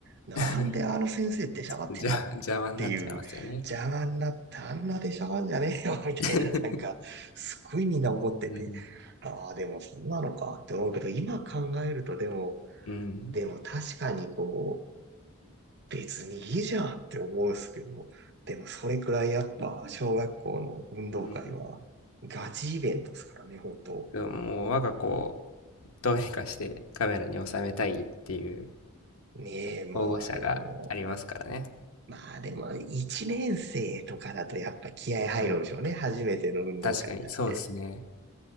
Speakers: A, on the right; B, on the left.
A: なんであの先生出しゃばってんだよっていう、
B: <laughs> じゃ、邪魔になっちゃいますよね。
A: 邪魔になったあんな出しゃばんじゃねえよ <laughs> みたいな、
B: <laughs>
A: なんか、すっごいみんな怒ってて、
B: うん。
A: ああ、でもそんなのかって思うけど、今考えるとでも、
B: うん、
A: でも確かにこう、別にいいじゃんって思うんですけど、でもそれくらいやっぱ小学校の運動会はガチイベントですからね、
B: うん。
A: 本当。
B: でも、もう我が子をどうにかしてカメラに収めたいっていう
A: ねえ、まあでも、
B: 保護者がありますからね。
A: まあでも、一年生とかだとやっぱ気合入るんでしょうね。
B: うん。
A: 初めての運動会なんで。
B: 確かにそうですね。